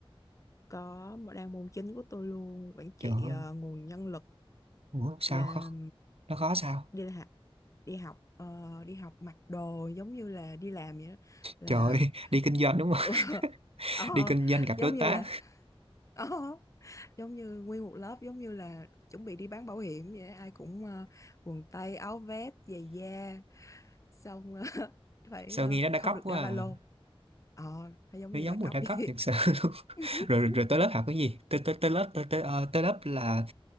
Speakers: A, on the left (about 35°); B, on the right (about 85°).
A: có một đang môn chính của tôi luôn quản trị
B: trời ơi
A: ờ, nguồn nhân lực
B: ủa sao
A: là
B: khó nó khó sao
A: đi là học đi học ờ, đi học mặc đồ giống như là đi làm vậy đó là
B: trời ơi, <laughs> đi kinh doanh đúng không
A: <laughs>
B: <laughs>
A: ờ,
B: đi kinh doanh gặp
A: giống
B: đối tác
A: như là ờ, giống như nguyên một lớp giống như là chuẩn bị đi bán bảo hiểm vậy đó. ai cũng ờ, quần tây áo vest giày da xong ờ, <laughs> phải
B: sao
A: ờ,
B: nghe nó đa
A: không
B: cấp
A: được
B: quá
A: đeo
B: à.
A: ba lô ờ nó giống
B: nó
A: như
B: giống
A: đa cấp
B: mùi đa cấp
A: vậy
B: thiệt sự <laughs>
A: <laughs>
B: rồi, rồi rồi tới lớp học cái gì tới tới tới lớp tới tới, ờ, tới lớp là